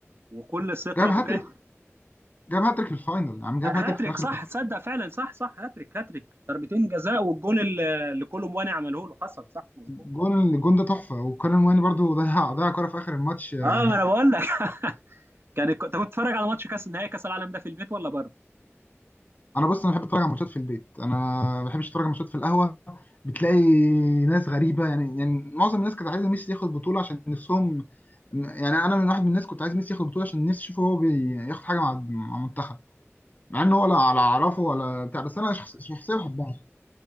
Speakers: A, on the right; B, on the left.
A: وكل ثقه
B: جاب هاتريك
A: وكان
B: جاب هاتريك في الفاينل عم جاب
A: آه، هاتريك
B: هاتريك في آخر
A: صح تصدق فعلا صح صح هاتريك هاتريك ضربتين جزاء والجون اللي اللي كولو مواني عمله له حصل صح مظبوط
B: الجون الجون ده تحفة وكارن واني برضه ضيع ضيع كورة في آخر الماتش
A: اه
B: <laughs>
A: ما انا بقول لك <laughs> كان الك- انت كنت بتتفرج على ماتش كاس نهائي كاس العالم ده في البيت ولا بره؟
B: أنا بص أنا بحب أتفرج على ماتشات في البيت أنا ما بحبش أتفرج على ماتشات في القهوة بتلاقي ناس غريبه يعني يعني معظم الناس كانت عايزه ميسي ياخد بطوله عشان نفسهم يعني انا من واحد من الناس كنت عايز ميسي ياخد بطوله عشان نفسي اشوفه هو بياخد حاجه مع مع المنتخب مع ان هو لا ولا اعرفه ولا بتاع بس انا شخص- شخصيا بحبها